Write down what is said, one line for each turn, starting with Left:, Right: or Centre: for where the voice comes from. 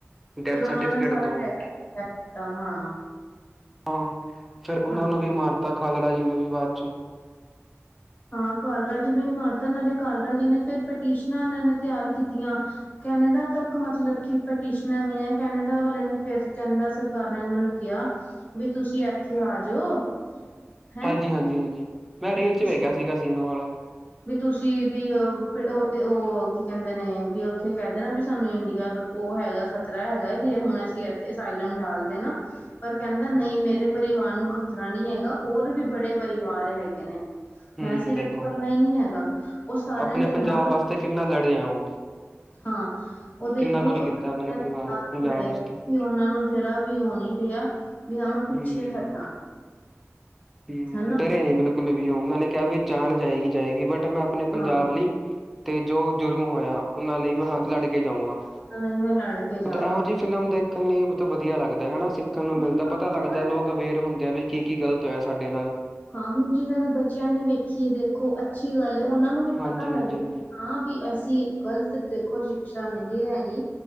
Centre: ਡੈਥ
Left: ਫੇਰ ਉਹਨਾਂ
Centre: ਸਰਟੀਫਿਕੇਟ
Left: ਨੇ ਸਾਰਾ
Centre: ਦਉ।
Left: ਟੈਕਸ ਕੀਤਾ ਹਾਂ
Centre: ਹਾਂ ਫਿਰ ਉਹਨਾਂ
Left: ਹਾਂਜੀ
Centre: ਨੂੰ ਵੀ ਮਾਰਤਾ ਖਾਲੜਾ ਜੀ ਨੂੰ ਵੀ ਬਾਅਦ ਚੋਂ
Left: ਹਾਂ ਕਾਲਰਾਂ ਜੀ ਨੂੰ ਵੀ ਮਾਰਤਾ ਨਾਲੇ ਕਾਲਰਾ ਜੀ ਨੇ ਫਿਰ ਪਟੀਸ਼ਨਾਂ ਇਹਨਾਂ ਨੇ ਤਿਆਰ ਕੀਤੀਆਂ। ਕੈਨੇਡਾ ਤੱਕ ਮਤਲਬ ਕਿ ਪੈਟੀਸ਼ਨਾਂ ਗਈਆਂ ਕੈਨੇਡਾ ਵਾਲੇ ਨੇ ਫਿਰ ਕੈਨੇਡਾ ਸਰਕਾਰ ਨੇ ਇਹਨਾਂ ਨੂੰ ਕਿਹਾ। ਬੀ ਤੁਸੀਂ ਇੱਥੇ ਆ ਜਾਓ। ਹੈਂ
Centre: ਹਾਂਜੀ, ਹਾਂਜੀ, ਹਾਂਜੀ ਮੈਂ ਰੀਲ
Left: ਤੁਸੀਂ
Centre: 'ਚ ਵੇਖਿਆ ਸੀਗਾ ਸੀਨ ਉਹ ਵਾਲਾ।
Left: ਵੀ ਤੁਸੀਂ ਵੀ ਉਹ ਤੇ ਉਹ ਕੀ ਕਹਿੰਦੇ ਨੇ ਵੀ ਉੱਥੇ ਕਹਿ। ਵੀ ਸਾਨੂੰ ਇੰਡੀਆ ਦਾ ਉਹ ਹੈਗਾ ਖ਼ਤਰਾ ਹੈਗਾ ਜੇ ਹੁਣ ਅਸੀਂ ਇੱਥੇ ਅਸਾਇਲਮ ਡਾਲ ਦੇਣਾ। ਪਰ ਕਹਿੰਦਾ ਨਹੀਂ ਮੇਰੇ ਪਰਿਵਾਰ ਨੂੰ ਖ਼ਤਰਾ ਨਹੀਂ ਹੈਗਾ ਹੋਰ ਵੀ ਬੜੇ ਪਰਿਵਾਰ ਹੈਗੇ ਨੇ।
Centre: ਹਮ
Left: ਮੈਂ ਸਿਰਫ
Centre: ਦੇਖੋ
Left: ਕੱਲਾ ਨਹੀਂ ਹੈਗਾ। ਉਹ ਸਾਰਿਆਂ
Centre: ਆਪਣੇ
Left: ਦੇ
Centre: ਪੰਜਾਬ
Left: ਨਾਲ
Centre: ਵਾਸਤੇ ਕਿੰਨਾ ਲੜੇ ਆ ਉਹ।
Left: ਹਾਂ ਉਹ ਦੇਖ
Centre: ਕਿੰਨਾ
Left: ਲੋ
Centre: ਕੁੱਝ ਕੀਤਾ
Left: ਉਹ ਸਾਰਿਆ
Centre: ਆਪਣੇ ਪਰਿਵਾਰ
Left: ਦੇ ਖੜੇ
Centre: ਪੰਜਾਬ ਵਾਸਤੇ
Left: ਉਹਨਾਂ ਨੂੰ ਜਰਾ ਵੀ ਉਹ ਨੀ ਰਿਹਾ। ਵੀ ਹਾ ਮੈਂ ਪਿੱਛੇ
Centre: ਹਮ
Left: ਹਟਾਂ।
Centre: ਹਮ
Left: ਹਨਾ
Centre: ਡਰੇ ਨਹੀਂ ਬਿਲਕੁਲ ਵੀ ਉਹ ਉਹਨਾਂ ਨੇ ਕਿਹਾ ਵੀ ਜਾਣ ਜਾਏਗੀ ਜਾਏਗੀ ਬਟ ਮੈਂ ਆਪਣੇ ਪੰਜਾਬ
Left: ਹਾਂ
Centre: ਲਈ। ਤੇ ਜੋ ਜੁਰਮ ਹੋਇਆ ਉਹਨਾਂ ਲਈ ਮੈਂ ਲੜਕੇ ਜਾਊਂਗਾ।
Left: ਨਹੀਂ ਮੈਂ ਲੜ ਕੇ ਜਾਵਾਂਗਾ।
Centre: ਮਤਲਬ ਇਹੋ ਜਿਹੀ ਫਿਲਮ ਦੇਖਣ ਲਈ ਮਤਲਬ ਵਧੀਆ ਲੱਗਦਾ ਹੈ ਨਾ ਸਿੱਖਣ ਨੂੰ
Left: ਜੀ
Centre: ਮਿਲਦਾ
Left: ਹਾਂ
Centre: ਪਤਾ ਲੱਗਦਾ
Left: ਉਹਨਾਂ
Centre: ਲੋਕ ਅਵੇਅਰ ਹੁੰਦੇ ਆ ਵੀ ਕੀ ਕੀ ਗਲਤ ਤੇ ਹੋਏਆ ਸਾਡੇ ਨਾਲ
Left: ਹਾਂ ਹੁਣ ਜਿਨਾਂ ਨੇ ਬੱਚਿਆਂ ਨੇ ਵੇਖੀਏ ਦੇਖੋ ਅੱਛੀ ਗੱਲ ਹੈ ਉਹਨਾਂ ਨੂੰ ਵੀ
Centre: ਹਾਂਜੀ
Left: ਪਤਾ ਲੱਗਿਆ।
Centre: ਹਾਂਜੀ
Left: ਹਾਂ ਵੀ ਅਸੀਂ ਗ਼ਲਤ ਦੇਖੋ ਸ਼ਿਕਸ਼ਾ ਨਹੀਂ ਲੈਣੀ।